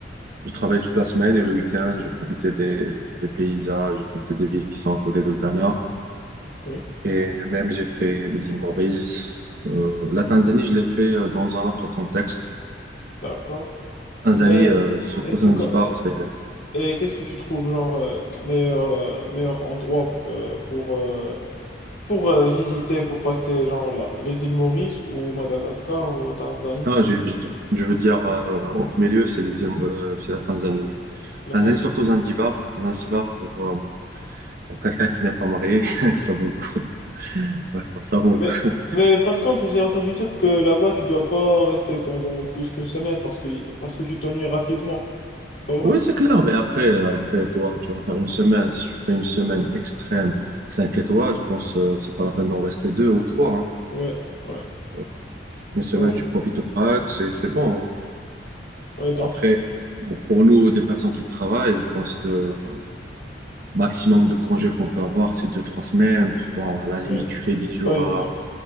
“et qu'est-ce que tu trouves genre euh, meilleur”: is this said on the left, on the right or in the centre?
Left